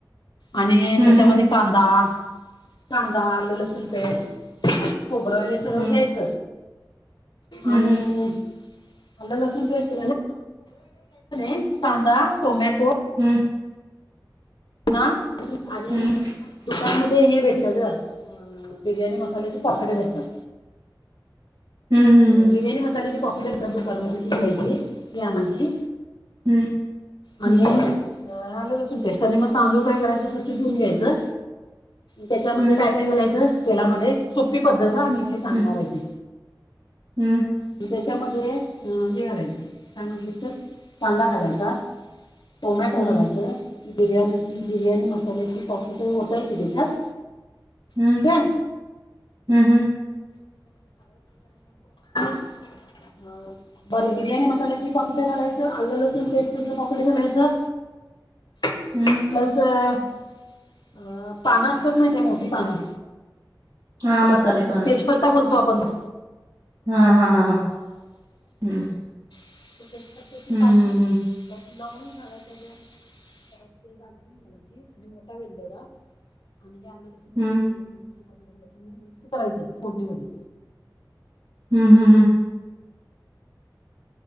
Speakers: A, on the left (about 70°); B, on the right (about 50°).
A: आणि
B: हम्म
A: त्याच्यामध्ये
B: हम्म
A: कांदा कांदा अल्ला लसूण पेस्ट खोबरं हे सगळ
B: हम्म
A: घ्यायच
B: हम्म
A: आणि. अल्ला लसूण पेस्ट <unintelligible> कांदा टोमॅटो.
B: हम्म.
A: ना आणि
B: हम्म
A: दुकान मधे हे भेटत ग. बिर्याणी मसाल्याचे पाकीते भेटतात.
B: हम्म
A: बिर्याणी मसाले जे पॉकेट असतात दुकानमध्ये ती घ्यायची या आमची
B: हम्म. हम्म
A: आणि आले असून पेस्टने मग तांदूळ काय करायचं त धुन घ्यायचं. त्याच्यामध्ये
B: हम्म हम्म
A: काय काय घालायचं तेलामध्ये सोपी पद्धथ आम्ही जे सांगणार
B: हम्म
A: आहे ती.
B: हम्म.
A: म त्याच्यामध्ये हे करायचं सांगितले तर कांदा घालायचा टोमॅटो
B: हम्म
A: घालायच. बिर्याणीची बिर्याणी मसाल्याची पॉकट होतयल क त्याच्यात.
B: हम्म
A: ठीक आहे
B: हम्म हम्म
A: <unintelligible> अ बर बिर्याणी मसाल्याची पकट्या घालायचं आलं लसूण पेस्टच पकडे घालायचं. प्लस
B: हम्म
A: अ पानं असतत नाही ते मोठी पानं.
B: हा मसाली पना.
A: तेजपत्ता बोलतो आपण त्या.
B: हा हा हा हम्म.
A: <unintelligible>
B: हम्म
A: लवण घालायचे दोन परत ते दालचिनी घालायची आणि मोठा वेलदोडा. आणि हेलं लसूण पस्
B: हम्म
A: बिर्याणी मसाल्याचे पापट घालायच आणििक्स करायचं फोडणीमध्ये.
B: हम् हम् हम. <inaudible>